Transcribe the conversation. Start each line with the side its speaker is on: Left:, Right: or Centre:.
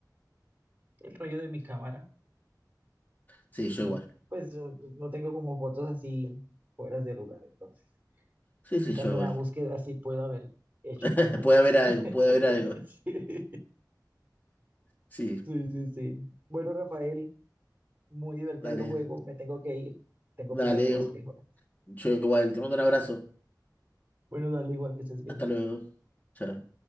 Right: El rollo de mi cámara.
Left: Sí,
Right: sí.
Left: yo igual.
Right: Pues yo no tengo como fotos así fuera de lugar, entonces.
Left: Sí, sí,
Right: En cambio,
Left: yo igual.
Right: en la búsqueda sí puedo haber hecho
Left: <laughs>
Right: cosas.
Left: Puede haber algo,
Right: <laughs>
Left: puede haber algo.
Right: Sí.
Left: Sí,
Right: Sí, sí, sí. Bueno, Rafael, muy divertido
Left: dale,
Right: el juego. Me tengo que ir. Tengo
Left: dale.
Right: pitando más frijoles.
Left: Yo igual. Te mando un abrazo.
Right: Bueno, dale igual que estés bien.
Left: Hasta luego. Chao.